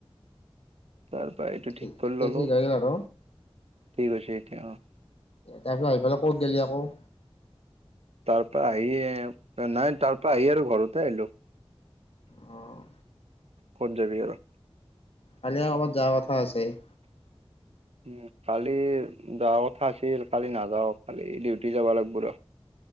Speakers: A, on the right; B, on the left.
A: তাৰ পৰা এইটো ঠিক
B: এতিয়া
A: কৰি ললো
B: ঠিক হৈ গিলা ন?
A: ঠিক হৈছে এতিয়া অ'
B: তাৰ পিছত আহি পেলাই ক'ত গেলি আকৌ?
A: তাৰ পৰা আহি নাই তাৰ পৰা আহি আৰু ঘৰতে আহিলো।
B: অ'
A: ক'ত যাবি আৰু?
B: কালি আকৈ যাৰ কথা আছে <inaudible>
A: উ কালি যাওঁৱা কথা আছিল কালি নাযাওঁ কালি ডিউটি যাব লাগিব ৰ।